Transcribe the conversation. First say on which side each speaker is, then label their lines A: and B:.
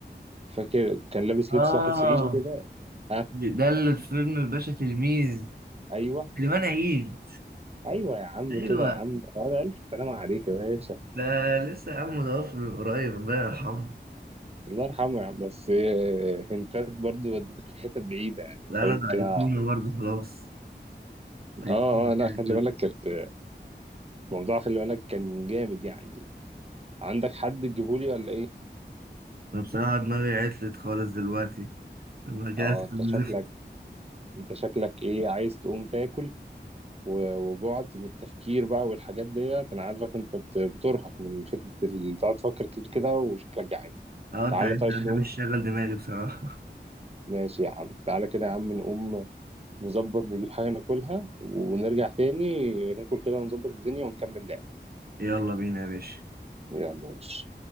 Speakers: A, on the right (about 35°); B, on the right (about 55°).
A: فاكر كان لابس
B: اه
A: لبس واحد صعيدي كده اه
B: ده اللي في فيلم الباشا تلميذ
A: ايوه
B: سليمان عيد
A: ايوه يا عم
B: ايوه
A: كده يا عم على الف سلام عليك يا باشا
B: ده لسه يا عم متوفي من قريب الله يرحمه
A: الله يرحمه يعني بس آه، هنتات برضو ودتك في حتت بعيدة يعني
B: لا
A: حاولت
B: لا ده
A: كده
B: ايقونه برضه خلاص ايقونه
A: اه اه لا
B: كده
A: خلي
B: كده.
A: بالك كانت موضوع خلي بالك كان جامد يعني عندك حد تجيبهولي ولا ايه؟
B: انا بصراحه دماغي عطلت خالص دلوقتي انا كده
A: اه
B: استنزفت
A: انت شكلك انت شكلك ايه عايز تقوم تاكل و- وجعت من التفكير بقى والحاجات ديت انا عارفك انت بت- بترهق من فكرة ال- تقعد تفكر كتير كده وشكلك جعان
B: اه انت
A: تعالى
B: عارف
A: طيب
B: انا بحب
A: نقوم
B: اشغل دماغي بصراحه <laughs>
A: ماشي يا عم تعالى كده يا عم نقوم نظبط نجيب حاجة ناكلها ونرجع تاني ناكل كده ونظبط الدنيا ونكمل لعب
B: يلا بينا يا باشا
A: يلا يا باشا